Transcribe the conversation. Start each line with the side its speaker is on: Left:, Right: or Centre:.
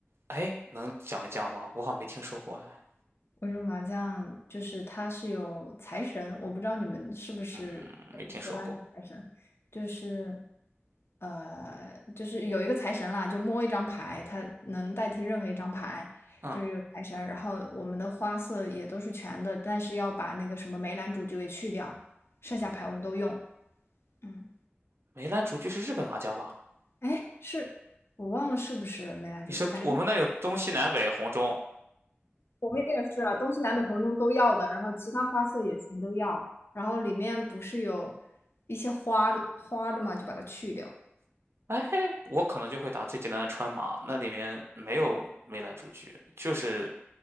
Right: 哎，能讲一讲吗？我好像没听说过哎，
Left: 温州麻将就是它是有财神，我不知道你们是不是说它是财神，
Right: 嗯没听说过。
Left: 就是呃，就是有一个财神啦，就摸一张牌，它能代替任何一张牌，
Right: 嗯。
Left: 就是有财神。然后我们的花色也都是全的，但是要把那个什么梅兰竹菊给去掉，剩下牌我们都用。嗯，
Right: 梅兰竹菊是日本麻将吧？
Left: 哎，是我忘了是不是梅兰竹菊，
Right: 你说我们那有东西南北红中，
Left: 反正。我们也是啊，东西南北红中都要的，然后其他花色也全都要，然后里面不是有一些花花的嘛，就把它去掉。
Right: 哎，我可能就会打最简单的川麻，那里面没有梅兰竹菊，就是